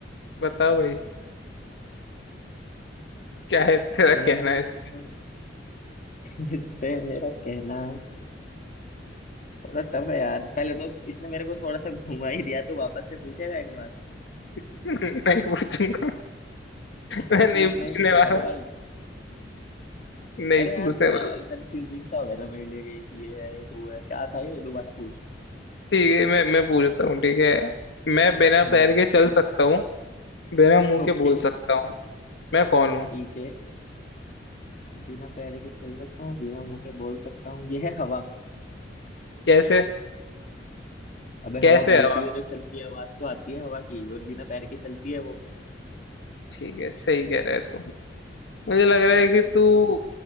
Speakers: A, on the left (about 70°); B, on the left (about 45°).
A: बताओ भाई क्या है तेरा
B: अम्म,
A: कहना है इस
B: <laughs> इस पे मेरा कहना थोड़ा टफ है यार पहले तो इसने मेरे को थोड़ा सा घुमा ही दिया तो वापस से पूछेगा एक बार
A: पे? <laughs> नहीं पूछूंगा
B: हाँ,
A: मैं नहीं
B: पूछना
A: पूछने
B: ही पड़ेगा
A: वाला
B: भाई
A: नहीं
B: अरे यार
A: पूछने
B: थोड़ा
A: वाला
B: कंफ्यूजिंग सा हो गया था मेरे लिए एक ये है एक वो है क्या था ये दोबारा पूछ
A: ठीक है मैं मैं पूछता हूँ ठीक है मैं बिना
B: हम्म
A: पैर के चल सकता हूँ बिना मुंह
B: ओके
A: के बोल सकता हूँ मैं कौन हूँ
B: ठीक है बिना पैर के चल सकता हूँ बिना मुंह के बोल सकता हूँ ये है हवा
A: कैसे
B: अबे हवा
A: कैसे
B: बोलती
A: हवा
B: है जब चलती है आवाज तो आती है हवा की और बिना पैर के चलती है वो
A: ठीक है सही कह रहे तू मुझे लग रहा
B: हम्म
A: है कि तू